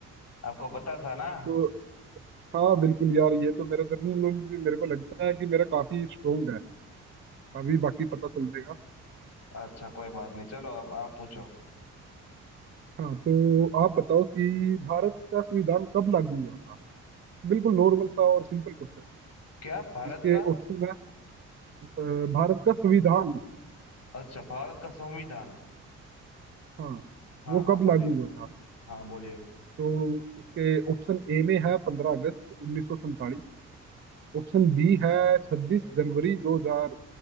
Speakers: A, on the left (about 60°); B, on the right (about 40°).
A: आपको पता था ना
B: तो हाँ बिल्कुल यार ये तो मेरा जनरल नॉलेज भी मेरे को लगता है कि मेरा काफी स्ट्रोंग है अभी बाकी पता चल जाएगा
A: अच्छा कोई बात नहीं चलो अब आप पूछो
B: हाँ हाँ तो आप बताओ कि भारत का संविधान कब लागू हुआ था बिल्कुल नॉर्मल सा और सिंपल क्वेश्चन
A: क्या भारत
B: है इसके
A: का
B: ऑप्शन है अ, भारत का संविधान
A: अच्छा भारत का संविधान
B: हाँ
A: हाँ
B: वो
A: हाँ
B: कब
A: बोलिए
B: लागू हुआ था
A: हाँ बोलिए
B: तो इसके ऑप्शन ए में है पंद्रह अगस्त उन्नीस सौ सैंतालीस ऑप्शन बी है छब्बीस जनवरी दो हजार